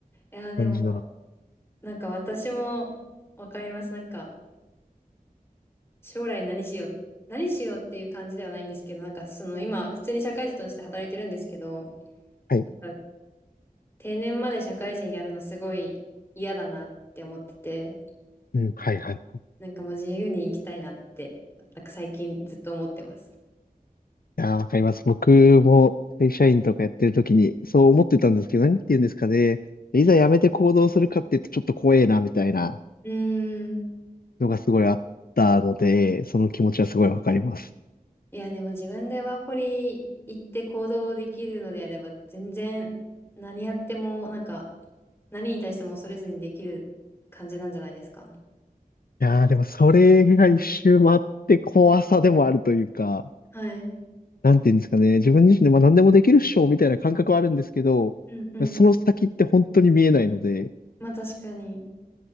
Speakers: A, on the left; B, on the left.
A: いやーでも
B: 感じなの。
A: なんか私もわかります。なんか将来何しよう、何しようっていう感じではないんですけど、なんかその今、普通に社会人として働いてるんですけど、
B: はい。
A: なんか定年まで社会人やるのすごい嫌だなって思ってて、
B: うん、はい、はい。い
A: なんかもう自由に生きたいなって、なんか最近ずっと思ってます。
B: やー、わかります。僕も会社員とかやってる時にそう思ってたんですけど、何て言うんですかね。いざ辞めて行動するかって言うとちょっと怖えな、みたいな
A: うーん。
B: のがすごいあったので、その気持ちはすごいわかります。
A: いや、でも自分でワーホリ行って行動できるのであれば、全然何やっても、なんか何に対しても恐れずにできる感じなんじゃないですか。
B: やー、でもそれが一周回って怖さでもあるというか、
A: はい。
B: なんていうんですかね、自分自身でまあ何でもできるっしょみたいな感覚はあるんですけど、
A: うんうん。
B: その先って本当に見えないので、
A: まあ確かに。